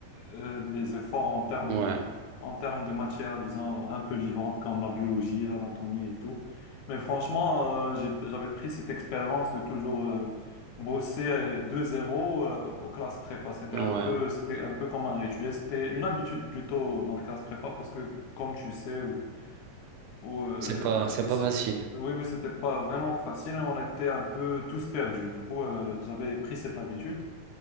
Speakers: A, on the left (about 75°); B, on the right (about 80°).
A: euh, les efforts en termes,
B: Ouais,
A: en termes de matières, disons, un peu vivantes comme la biologie, l'anatomie et tout. Mais franchement, euh, j'ai- j'avais pris cette expérience de toujours euh, bosser euh, de zéro euh, aux classes prépa. C'était
B: ouais,
A: un peu, c'était un peu comme un rituel. C'était une habitude plutôt dans les classes prépa parce que, comme tu sais, ou, ou, euh,
B: c'est pas,
A: le-
B: c'est pas
A: c'est-
B: facile.
A: oui, oui, c'était pas vraiment facile. On était un peu tous perdus. Du coup, euh, j'avais pris cette habitude.